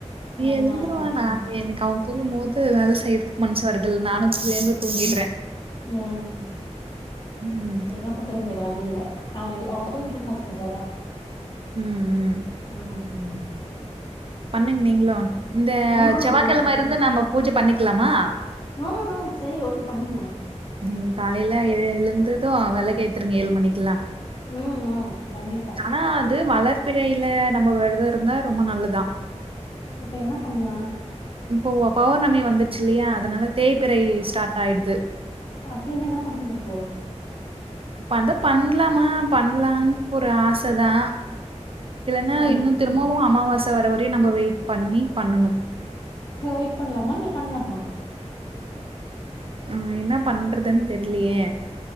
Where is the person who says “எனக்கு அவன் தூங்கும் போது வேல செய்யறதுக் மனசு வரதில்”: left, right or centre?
Right